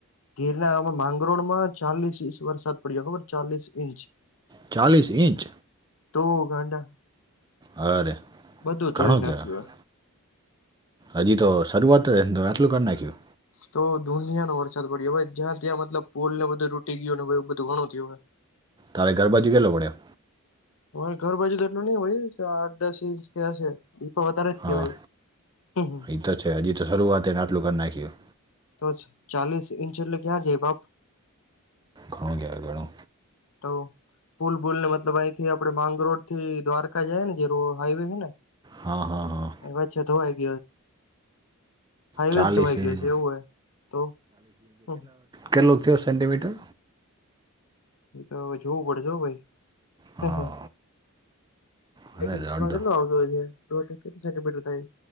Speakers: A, on the left; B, on the right.
A: ગીરનામાં માંગરોળ માં ચાલીસ ઇંચ વરસાદ પડ્યો ખબર ચાલીસ ઇંચ
B: ચાલીલીસ ઇંચ
A: ધ ગાંડા
B: અરે
A: બધું
B: ઘણો
A: ધોઈ
B: કહેવાય
A: નાખ્યુ
B: હજી તો શરૂઆત આટલું કરી નાખ્યુ
A: તો દુનિયા નો વરસાદ પડ્યો હ જ્યા ત્યા મતલબ પોુલ ને બધું રૂટી ગયુ ને એ બધુ ઘણુ થયુ હવે
B: તારે ગરબાજી કે લવડ્યા
A: હ ઘર બાજુ દટલું નહી હોય. આઠ દસ ઇંચ કે છેપો વધારે જ
B: હા
A: કેવાાઈ હ
B: એ તો છે હજજી તો શરૂઆત નાટલું કર નાખીયો
A: તો ચાલીસ ઇંચ એટલે ક્યાં જાય બાપ
B: ઘણો થાર ઘણો
A: તો ફૂલ ભૂલ ને મતલબ અહીંથી આપડે માંગરો થી દ્વારકા જ ને જે હાઈવે હ ને
B: હા હા હા
A: એ વાછ તોયગ હાઈવેજ
B: ચાલીસ
A: ધોવાઈ ગયું
B: ઇંચ
A: છે એવું હોય તો હ
B: કેટલોગ થયો સેન્ટીમીટર
A: એ તો હવે જોવું પડશે હો ભાઈ
B: હા
A: હ હ
B: હશે
A: એક ઇંચ પગલો
B: અડધો
A: દો હજો હજ કેટ સેન્ટમીટર ત